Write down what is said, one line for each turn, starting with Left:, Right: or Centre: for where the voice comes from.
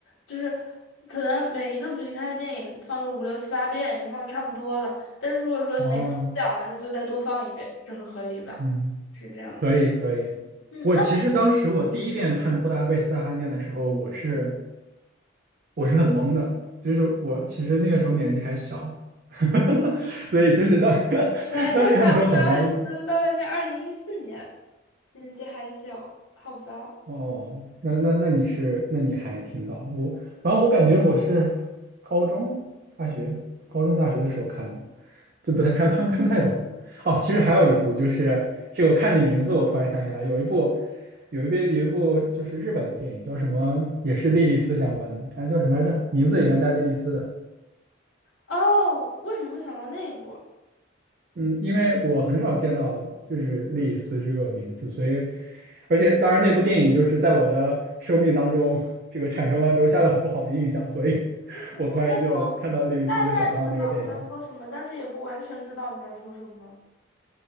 Left: 就是可能每一个主竞赛的电影放个五六七八遍，已经放的差不多了，但是如果说哪个不讲了，
Right: 哦，
Left: 那就再多放一遍，这很合理吧？
Right: 嗯，
Left: 是这样的。
Right: 可以可以。
Left: 嗯，
Right: 我其实当时我第一遍看《布达佩斯大饭店》的时候，
Left: 那
Right: 我是我是很懵的，就是我其实那个时候年纪还小，<laughs> 所以就是当 <laughs>
Left: 我来看看我的阿尔斯大半年，
Right: 当时看的时候很懵，
Left: 二零一四年，年纪还小，好吧？
Right: 哦，那那那你是，
Left: 嗯，
Right: 那你还挺早的。我，反正我感觉我是高中、大学、高中、大学的时候看的，就不太看看看不太懂。哦，其实还有一部，就是这个，我看你名字，我突然想起来，有一部，有一部，有一部就是日本的电影，叫什么，也是莉莉丝相关的，哎，叫什么来着？名字里边带莉莉丝的，
Left: 哦，为什么会想到那一部？
Right: 嗯，因为我很少见到就是莉莉丝这个名字，所以，而且当然那部电影就是在我的生命当中，这个产生了留下了很不好的印象，所以
Left: 恐怖片吗？
Right: 我突然就看到莉莉丝就想到那个电影，
Left: 大概知道你在说什么，但是也不完全知道你在说什么，